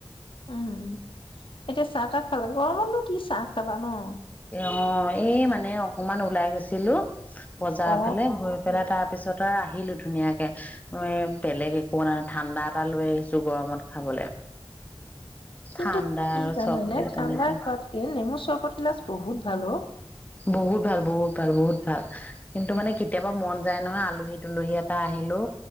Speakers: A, on the left; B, on the left.
A: অ'। এতিয়া চাহ তাহ খালা গৰমতনো কি চাহ খাবা ন'।
B: অ', এই মানে অকমান ওলাই গৈছিলো। বজাৰ
A: অ
B: ফালে হৈ পেলাই তাৰ পিছত আৰু আহি আহিলো ধুনীয়াকে বেলেগ একো নাই ন' ঠাণ্ডা এটা লৈ আহিছো গৰমত খাবলে।
A: কিন্তু
B: ঠাণ্ডা
A: কি
B: আৰু
A: জানানে
B: চকলেট
A: ঠাণ্ডাৰ
B: এনেকে
A: খোৱাতকে নেমু চৰ্বত গিলাচ বহুত ভালো অ'।
B: বহুত ভাল বহুত ভাল বহুত ভাল কিন্তু মানে কেতিয়াবা মন যায় নহয় আলহী তুলহী এটা আহিলো